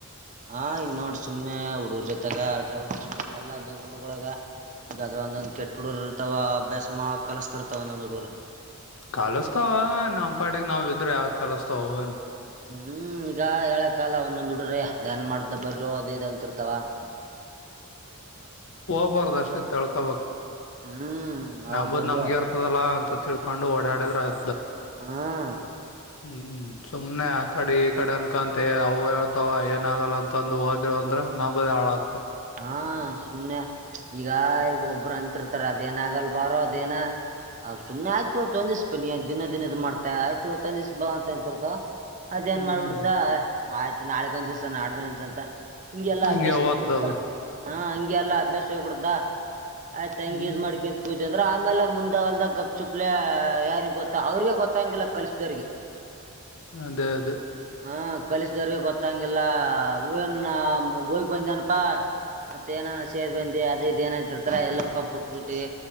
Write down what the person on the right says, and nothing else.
ಹಾ, ಇವ್ ನೋಡ್ರ, ಸುಮ್ನೆ ಹುಡುಗರ್ ಜೊತೆಗ ಆಟ ಹೊಡ್ಕಂತ, ಇಲ್ಲ ಎಲ್ಲಾ ಊರ್ಗಳೊಳಗಗ ಅದ್ರ ಒಂದೊಂದ್, ಕೆಟ್ಟ ಹುಡೂರ್ ಇರ್ತವ ಅಭ್ಯಾಸ ಮಾಡ ಕಲಸ್ತಿರ್ತಾವ! ಒಂದೊಂದ್ ಹುಡಗರ್. <inaudible>
ಹ್ಮ್, ಈಗ ಹೇಳ? <inaudible> ಕಾಲ, ಒಂದೊಂದು, ಹುಡುಗರಾಯ. <inaudible> ಅ, ಏನ್ ಮಾಡ್ದ, ಬಾರೋ, ಅದು ಇದು ಅಂತಿರ್ತಾವ? <inaudible>
ಹ್ಮ್ ಅವ್
ಬರ್ರೋ
ಹಾ... <inaudible>
ಹಾ, ಸುಮ್ನೆ ಈಗ ಈಗ ಒಬ್ಬರು ಅಂತಿರ್ತಾರೆ ಅದೇನ, ಆಗಲ್ ಬಾರೋ ಅದೇನ? <inaudible> ಅವರು, ಸುಮ್ನೆ, ಇವತ್ತು, ಒಂಡ್ಡಿವಾಶ ಬಾನಿ ದಿನ ದಿನ, ಇದು ಮಾಡುತ.. <inaudible> ಊಟ, ಆಯ್ತು, ಇವತ್ತು. <inaudible> ಇವತ್ತು, ಒಂದುಧೇವಾಸ್ಹ, ಬಾ, ಅಂತರ್ತ ಅದೇಏನ್
ಮಾಡ್ಬಿಡ್ದ. <inaudible> ಮ... <inaudible> ನಾಳಕ ಒಂದು ದಿವ್ಸ ನಾಡ್ಕ, ಒಂದುಡ್ಧೇವಶ ಅಂತ ನಿಮಗೆಲ್ಲ
ಅಭ್ಯಾಸ, ಬಿಟ್ಟು,
ಬಿಡುತ್ತೆ. <inaudible> ಹಾ ಎಲ್ಲಾ ಅಭ್ಯಾಸ ಹೋಗ್ಬಿಡ್ದಾ ಆಯ್ತ ಹಂಗ
ಇ ಮಾಡ್ಕಂತ ಅಂದ್ರ ಆಮೇಲೆ ಮುಂದಲ್ದ ಗಪ್ ಚುಪ್ಲೆ ಯಾರಿಗ್ ಗೊತ್ತ ಅವ್ರಗ ಗೊತ್ತ ಹಂಗಿಲ್ಲ ಕಲ್ಸಿದವ್ರಿಗೆ
ಹ ಕಲಿಸ್ದವ್ರರಿಗೆ ಗೊತ್ತಂಗಿಲ್ಲ ನ್ ಬಯ್ಗೆ ಬಂದೇನಪ್ಪಾ ಮತ್ತ ಏನ ಸೇದ್ ಬಂದಿ ಅದ ಇದ್ ಏನಾಯ್ತಿರ್ತಾರ ಎಲ್ಲಪ್ಪ ಬಿಟ್ಬಿಟ್ಟಿ